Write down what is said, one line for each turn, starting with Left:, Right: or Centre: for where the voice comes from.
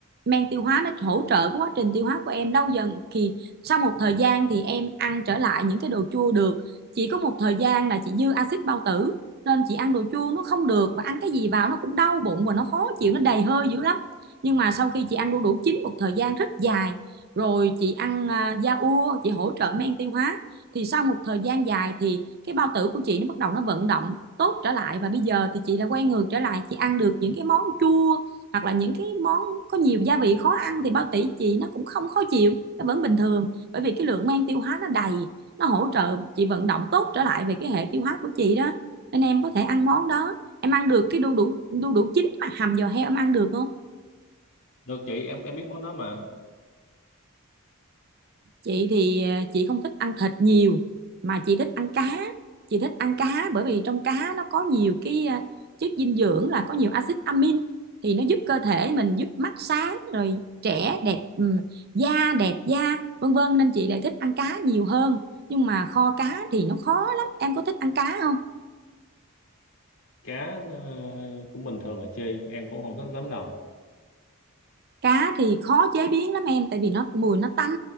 Right: men tiêu hóa nó hỗ trợ cái quá trình tiêu hóa của em lâu dần thì sau một thời gian thì em ăn trở lại những cái đồ chua được. Chỉ có một thời gian là chị dư axit bao tử nên chị ăn đồ chua nó không được và ăn cái gì vào nó cũng đau bụng và nó khó chịu nó đầy hơi dữ lắm nhưng mà sau khi chị ăn đu đủ chín một thời gian rất dài rồi chị ăn à, da ua chị hỗ trợ men tiêu hóa thì sau một thời gian dài thì cái bao tử của chị nó bắt đầu nó vận động tốt trở lại và bây giờ thì chị đã quay ngược trở lại chị ăn được những cái món chua hoặc là những cái món có nhiều gia vị khó ăn thì bao tử chị nó cũng không khó chịu nó vẫn bình thường bởi vì cái lượng men tiêu hóa nó đầy nó hỗ trợ chị vận động tốt trở lại về cái hệ tiêu hóa của chị đó nên em có thể ăn món đó em ăn được cái đu đủ đu đủ chín mà hầm giò heo em ăn được không
Left: được chị em em biết món đó mà
Right: chị thì à, chị không thích ăn thịt nhiều mà chị thích ăn cá chị thích ăn cá bởi vì trong cá nó có nhiều cái à, chất dinh dưỡng là có nhiều axit amin thì nó giúp cơ thể mình giúp mắt sáng rồi trẻ đẹp ừm, da đẹp da vân vân nên chị lại thích ăn cá nhiều hơn nhưng mà kho cá thì nó khó lắm em có thích ăn cá không
Left: cá ờ, cũng bình thường là chơi em cũng không thích lắm đâu
Right: cá thì khó chế biến lắm em tại vì nó mùi nó tanh